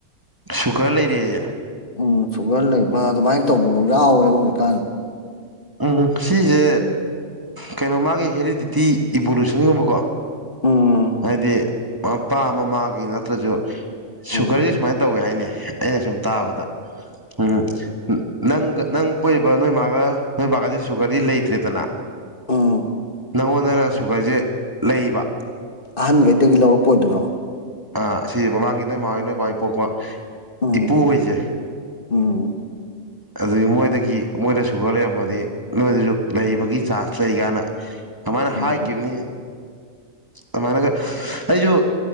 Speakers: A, on the right; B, on the left.
A: ꯁꯨꯒꯔ ꯂꯩꯔꯦꯑꯦ꯫
B: ꯎꯝ ꯁꯨꯒꯔ ꯂꯩꯕ ꯑꯗꯨꯃꯥꯏꯅ ꯇꯧꯕꯕꯨ ꯌꯥꯎꯋꯦꯕ꯫ ꯍꯧꯖꯤꯛꯀꯥꯟ
A: ꯑꯣ ꯎꯝ ꯁꯤꯁꯦ ꯀꯩꯅꯣ ꯃꯥꯒꯤ ꯍꯦꯔꯤꯗꯤꯇꯤ ꯏꯕꯣꯂꯨꯁꯟꯒꯨꯝꯕꯀꯣ꯫
B: ꯎꯝ
A: ꯍꯥꯏꯗꯤ ꯃꯄꯥ ꯃꯃꯥꯒꯤ ꯅꯠꯇ꯭ꯔꯁꯨ
B: ꯎꯝ
A: ꯁꯨꯒꯔꯁꯤ ꯁꯨꯃꯥꯏꯅ ꯇꯧꯋꯦ ꯍꯥꯏꯅꯦ ꯫ ꯑꯩꯅ ꯁꯨꯝ ꯇꯥꯕꯗ ꯎꯝ ꯅꯪꯒ ꯅꯪ ꯄꯣꯛꯏꯕ ꯅꯣꯏ ꯃꯥꯒ ꯅꯣꯏ ꯕꯥꯒꯁꯦ ꯁꯨꯒꯔꯗꯤ ꯂꯩꯇ꯭ꯔꯦꯗꯅ꯫
B: ꯎꯝ
A: ꯅꯪꯉꯣꯟꯗꯅ ꯁꯨꯒꯔꯁꯦ ꯂꯩꯕ꯫
B: ꯑꯍꯟꯒꯑꯩ ꯗꯒꯤ ꯂꯧꯔꯛꯄ ꯑꯣꯏꯗꯣꯏꯔꯣ꯫
A: ꯑ ꯁꯤꯁꯦ ꯃꯃꯥꯡꯒꯤ ꯅꯣꯏ ꯃꯥꯑꯣꯏ ꯅꯣꯏ ꯕꯥꯑꯣꯏ ꯄꯣꯛꯄ
B: ꯎꯝ
A: ꯏꯄꯨꯍꯣꯏꯁꯦ꯫
B: ꯎꯝ
A: ꯑꯗꯨꯗꯒꯤ ꯃꯣꯏꯗꯒꯤ ꯃꯣꯏꯗ ꯁꯨꯒꯔ ꯂꯩꯔꯝꯃꯗꯤ ꯅꯣꯏꯗꯁꯨ ꯂꯩꯕꯒꯤ ꯆꯥꯟꯁ ꯂꯩ ꯒꯥꯏꯅ꯫ ꯑꯗꯨꯃꯥꯏꯅ
B: ꯎꯝ
A: ꯍꯥꯏꯒꯤꯕꯅꯤ ꯑꯗꯨꯃꯥꯏꯅꯒ ꯑꯩꯁꯨ